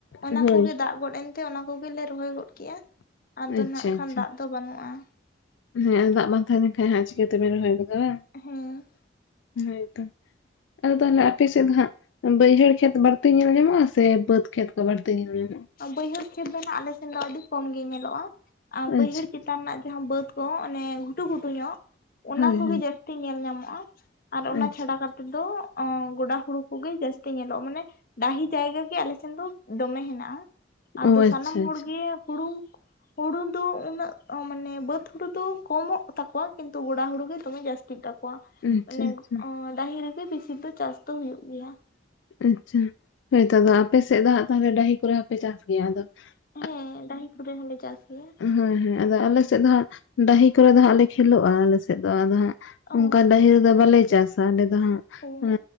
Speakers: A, on the left (about 50°); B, on the left (about 80°).
A: ᱚᱱᱟ
B: ᱦᱳᱭ
A: ᱠᱚᱜᱮ ᱫᱟᱜ ᱜᱚᱫ ᱮᱱᱛᱮ ᱚᱱᱟ ᱠᱚᱜᱮᱞᱮ ᱨᱚᱦᱚᱭ ᱜᱚᱫ ᱠᱮᱜᱼᱟ ᱾ ᱟᱫᱚ
B: ᱟᱪᱪᱷᱟ
A: ᱱᱟᱜ ᱠᱷᱟᱱ
B: ᱟᱪᱪᱷᱟ
A: ᱫᱟᱜ ᱫᱚ ᱵᱟᱱᱩᱜᱼᱟ ᱾
B: ᱦᱮᱸ ᱫᱟᱜ ᱵᱟᱝ ᱛᱟᱦᱮᱸ ᱞᱮᱱ ᱠᱟᱡ ᱦᱟᱸᱜ ᱪᱤᱠᱟᱹ ᱛᱮᱵᱤᱱ ᱨᱚᱦᱚᱭ ᱜᱚᱫᱟ ᱵᱟᱝ ᱾
A: ᱦᱮᱸ
B: ᱦᱚᱭ ᱛᱚ, ᱟᱫᱚ ᱛᱟᱦᱚᱞᱮ ᱟᱯᱮ ᱥᱮᱫ ᱫᱚ ᱦᱟᱸᱜ ᱼᱼ ᱵᱟᱹᱭᱦᱟᱹᱲ ᱠᱷᱮᱛ ᱵᱟᱲᱛᱤ ᱧᱮᱞ ᱧᱟᱢᱚᱜᱼᱟ ᱥᱮ ᱵᱟᱹᱫᱽ ᱠᱷᱮᱛ ᱠᱚ ᱵᱟᱹᱲᱛᱤ ᱧᱮᱞ ᱧᱟᱢᱚᱜᱼᱟ ᱾
A: ᱵᱟᱹᱭᱦᱟᱹᱲ ᱠᱷᱮᱛ ᱫᱚ ᱱᱟᱜ ᱟᱞᱮ ᱥᱮᱱ ᱫᱚ ᱟᱹᱰᱤ ᱠᱚᱢ ᱜᱮ ᱧᱮᱞᱚᱜᱼᱟ, ᱟᱨ
B: ᱟᱪᱪᱷᱟ
A: ᱵᱟᱹᱭᱦᱟᱹᱲ ᱪᱮᱛᱟᱱ ᱨᱮᱱᱟᱜᱼᱼ ᱡᱟᱦᱟᱸ ᱵᱟᱹᱫᱽ ᱠᱚ ᱚᱱᱮ ᱜᱷᱩᱴᱩ ᱜᱷᱩᱴᱩ ᱧᱚᱜ ᱚᱱᱟ
B: ᱦᱳᱭ
A: ᱠᱚᱜᱮ
B: ᱦᱳᱭ
A: ᱡᱟᱹᱥᱛᱤ ᱧᱮᱞ ᱧᱟᱢᱚᱜᱼᱟ ᱾ ᱟᱨ ᱚᱱᱟ
B: ᱟᱪᱪᱷᱟ
A: ᱪᱷᱟᱰᱟ ᱠᱟᱛᱮᱫ ᱫᱚ ᱜᱚᱰᱟ ᱦᱩᱲᱩ ᱠᱚᱜᱮ ᱡᱟᱹᱥᱛᱤ ᱧᱮᱞᱚᱜᱼᱟ ᱢᱟᱱᱮ ᱾ ᱰᱟᱦᱤ ᱡᱟᱭᱜᱟ ᱜᱮ ᱟᱞᱮ ᱥᱮᱱ ᱫᱚ ᱫᱚᱢᱮ ᱦᱮᱱᱼᱼ ᱢᱮᱱᱟᱜᱼᱟ ᱟᱫᱚ
B: ᱚ ᱟᱪᱪᱷᱟ
A: ᱥᱟᱱᱟᱢ ᱦᱚᱲ
B: ᱟᱪᱪᱷᱟ
A: ᱜᱮ ᱦᱩᱲᱩᱼᱼ ᱦᱩᱲᱩ ᱫᱚ ᱩᱱᱟᱹᱜ ᱢᱟᱱᱮ ᱵᱟᱹᱫᱽ ᱦᱩᱲᱩ ᱫᱚ ᱠᱚᱢᱚᱜ ᱛᱟᱠᱚᱣᱟ ᱠᱤᱱᱛᱩ ᱜᱚᱲᱟ ᱦᱩᱲᱩ ᱜᱮ ᱫᱚᱢᱮ ᱡᱟᱹᱥᱛᱤᱜᱼᱼ ᱛᱟᱠᱚᱣᱟ,
B: ᱟᱪᱪᱷᱟ
A: ᱟᱱᱮ
B: ᱟᱪᱪᱷᱟ
A: ᱰᱟᱦᱤ ᱨᱮᱜᱮ ᱵᱮᱥᱤ ᱫᱚ ᱪᱟᱥ ᱫᱚ ᱦᱩᱭᱩᱜ ᱜᱮᱭᱟ ᱾
B: ᱟᱪᱪᱷᱟ, ᱦᱳᱭ ᱛᱚ ᱟᱯᱮ ᱥᱮᱫ ᱫᱚ ᱦᱟᱸᱜ ᱛᱟᱦᱮ ᱰᱟᱹᱦᱤ ᱠᱚᱨᱮ ᱦᱚᱸᱯᱮ ᱪᱟᱥ ᱜᱮᱭᱟ ᱟᱫᱚ ᱾
A: ᱦᱮᱸ ᱰᱟᱦᱤ ᱠᱚᱨᱮ ᱦᱚᱸᱞᱮ ᱪᱟᱥ ᱜᱮᱭᱟ ᱾
B: ᱦᱮᱸ ᱦᱮᱸ ᱟᱫᱚ ᱟᱞᱮᱥᱮᱫ ᱫᱚ ᱦᱟᱸᱜ ᱰᱟᱹᱦᱤ ᱠᱚᱨᱮ ᱫᱚ ᱦᱟᱸᱜ ᱞᱮ ᱠᱷᱮᱞᱳᱜᱼᱟ ᱟᱞᱮᱥᱮᱫ ᱫᱚ ᱟᱫᱚ ᱦᱟᱸᱜᱼᱼ
A: ᱚ
B: ᱚᱱᱠᱟ ᱰᱟᱹᱦᱤ ᱨᱮᱫᱚ ᱵᱟᱞᱮ ᱪᱟᱥᱟ ᱟᱞᱮ ᱫᱚ ᱦᱟᱸᱜ
A: ᱚ
B: ᱮ